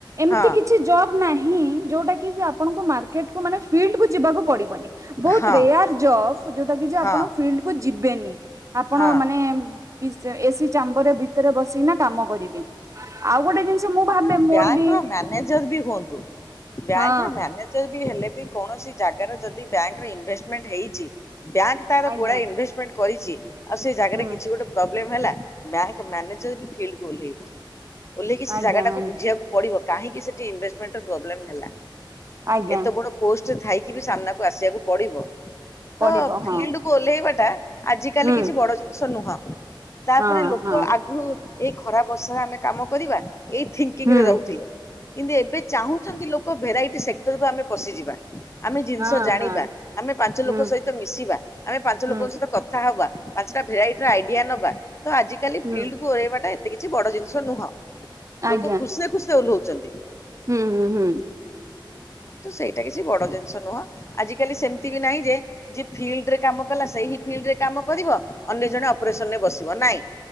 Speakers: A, on the right; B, on the left.
A: ଏମତି
B: ହଁ
A: କିଛି ଜବ ନାହିଁ? ଯୋଉଟା କି <unintelligible> ଆଣଙ୍କୁ ମାର୍କେଟକୁ ମାନେ ଫିଲ୍ଡ କୁ ଯିବାକୁ ପଡିବନି। ବହୁତ
B: ହଁ
A: ରେୟାର ଅଫକୁ <unintelligible> ଯୋଉଟା କି ଯେ
B: ହଁ
A: ଆପଣ ଫିଲ୍ଡକୁ ଯିବେନି। ଆପଣ
B: ହଁ
A: ମାନେ ବି ସେ ଏସି <unintelligible> ଚାମ୍ବର ଭିତରେ ବସିକିନା କାମ କରିବି। ଆଉ ଗୋଟେ ଜିନିଷ ମୁଁ ଭାବେ
B: ଆପଣ
A: ମୋର
B: ବ୍ୟାଙ୍କର
A: ବି
B: ମ୍ୟାନେଜର ବି ହୁଅନ୍ତୁ। ବ୍ୟାଙ୍କର
A: ହଁ
B: ମ୍ୟାନେଜର ହେଲେ ବି କୌଣସି ଜାଗାରେ ଯଦି ବ୍ୟାଙ୍କରେ ଇନଭେଷ୍ଟମେଣ୍ଟ ହେଇଛି ବ୍ୟାଙ୍କ ତାର
A: ଆଜ୍ଞା
B: ଗୁଡ଼ାଏ ଇନଭେଷ୍ଟମେଣ୍ଟ କରି ଯିଏ ଆଉ ସେ ଜାଗାରେ
A: ହୁଁ
B: କିଛି ଗୋଟେ ବ୍ଲେମ ହେଲା ବ୍ୟାଙ୍କ ମ୍ୟାନେଜର ବି ଫିଲ୍ଡ କୁ ଓହ୍ଲାଇବ। କିଛି
A: ଆଜ୍ଞା
B: ଜାଗା ଟାକୁ
A: ଆଜ୍ଞା
B: ବୁଝିବାକୁ ପଡିବ। କାହିଁକି ସେଠି ଇନଭେଷ୍ଟମେଣ୍ଟ ର ପ୍ରୋବଲେମ ହେଲା।
A: ଆଜ୍ଞା
B: ଏତେ ବଡ ପୋଷ୍ଟ ଥାଇକି ବି ସାମ୍ନାକୁ ଆସିବାକୁ ପଡିବ।
A: ପଡିବ
B: ତ
A: ହଁ
B: ଫିଲ୍ଡ କୁ ଓହ୍ଲାଇବା। ଟା ଆଜ କାଲି
A: ହୁଁ
B: କିଛି ବଡ ଜିନିଷ ନୁହଁ। ତାପରେ
A: ହଁ
B: ଲୋକ
A: ହଁ
B: ଆଗରୁ ଏଇ ଖରା ବର୍ଷରେ ଆମେ କାମ କରିବା। ଏଇ ଥିଙ୍କିଙ୍ଗ
A: ହୁଁ
B: ରେ ରହୁଥିଲେ କିନ୍ତୁ ଏବେ ଚାହୁଁଛନ୍ତି ଲୋକ ଭେରାଇ ସେକ୍ଟରକୁ ଆମେ ପଶିଯିବା। ଆମେ ଜିନିଷ
A: ହଁ
B: ଜାଣିବା
A: ହଁ
B: ଆମେ ପାଞ୍ଚ ଲୋକଙ୍କ
A: ହୁଁ
B: ସହିତ ମିଶିବା ଆମେ ପାଞ୍ଚ
A: ହୁଁ
B: ଲୋକଙ୍କ ସହିତ କଥା ହବା। ପାଞ୍ଚଟା ଭେରାଇଟି ଆଇଡିଆ ନବା ତ ଆଜିକାଲି
A: ହୁଁ
B: ଫିଲ୍ଡକୁୁ ଓରେେଇବାଟା ଏ କିଛି ବଡ ଜିନିଷ ନୁହଁ।
A: ଆଜ୍ଞା
B: ଲୋକ ଖୁସିରେ ଖୁସିରେ ଓଲ ଛନ୍ତି।
A: ହୁଁ ହୁଁ ହୁଁ।
B: ତ ସେଇଟା କିଛି ବଡ ଜିନିଷ ନୁହଁ ଆଜି କାଲି ସେମିତି ବି ନାହିଁ ଯେ ଯିଏ ଫିଲ୍ଡରେ କାମ କଲା ସେଇହି ଫିଲ୍ଡରେ କାମ କରିବ ଅନ୍ୟ ଜଣେ ଅପରେସନ ରେ ବସିବ ନାଇଁ